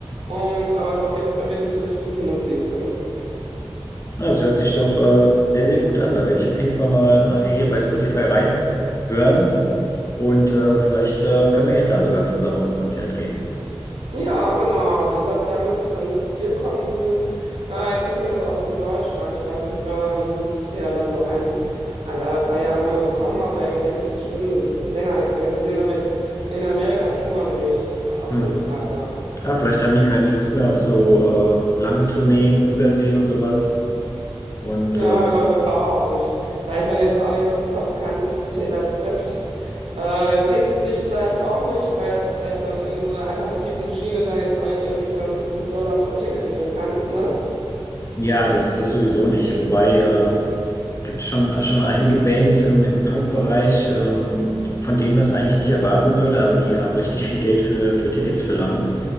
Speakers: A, on the right; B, on the left.
A: Ähm, aber es war wirk- wirklich richtig gute Musik. Also.
B: Na, Das hört sich doch äh, sehr, sehr gut an. Da werde ich auf jeden Fall mal nachher hier bei Spotify reinhören. Und äh, vielleicht äh, können wir ja da sogar zusammen auf ein Konzert gehen.
A: Ja, genau. Also ich glaube, ja, müsste ich dann zu dir kommen. Die sind äh, jetzt nicht mehr so oft in Deutschland. Ich weiß nicht, früher haben die sind ja da so ein, ein, ein paar Jahre mal gekommen, aber irgendwie habe ich jetzt schon länger nichts mehr gesehen. Aber ich, in Amerika touren die äh, auf
B: Hm.
A: jeden Fall, ja.
B: Ja, vielleicht haben die keine Lust mehr auf so äh, lange Tourneen, Übersee und sowas. Und
A: Ja,
B: äh,
A: glaube ich auch. Und vielleicht, wenn du jetzt auch nicht so super bekannt bist wie Taylor Swift, äh, rentiert es sich vielleicht auch nicht, weil vielleicht dann in so einer alternativen Schiene dann jetzt auch nicht irgendwie 52 Dollar pro Ticket nehmen kannst, ne?
B: ja, das, das sowieso nicht. Wobei äh, gibt schon, schon einige Bands im, im Punk-Bereich, ähm, von denen man es eigentlich nicht erwarten würde, aber die auch richtig viel Geld für, für Tickets verlangen.